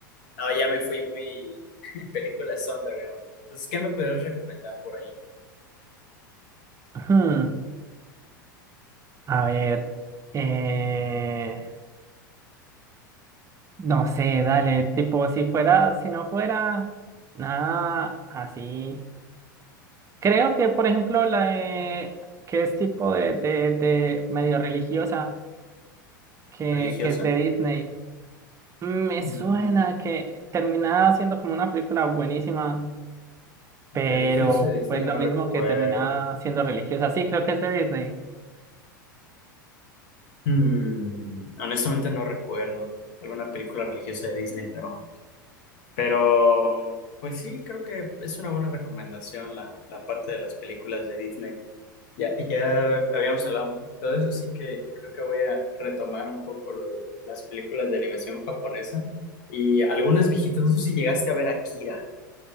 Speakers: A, on the left (about 55°); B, on the right (about 25°).
A: No, ya me fui muy <laughs> películas underground. Entonces, ¿qué me podrías recomendar por ahí?
B: Hmm. A ver, eh, no sé, dale, tipo, si fuera, si no fuera nada así. Creo que, por ejemplo, la de, que es tipo de, de, de medio religiosa, que,
A: ¿Religiosa?
B: que es de Disney, Mm, me
A: Mm,
B: suena que terminaba siendo como una película buenísima, pero
A: religiosa de Disney
B: pues lo
A: no
B: mismo
A: recuerdo.
B: que terminaba siendo religiosa. Sí, creo que es de Disney.
A: Mm, honestamente no recuerdo alguna película religiosa de Disney, pero, pero pues sí, creo que es una buena recomendación la, la parte de las películas de Disney. Ya, ya habíamos hablado un poquito de eso, así que creo que voy a retomar un poco lo de las películas de animación japonesa y algunas viejitas. No sé si llegaste a ver Akira.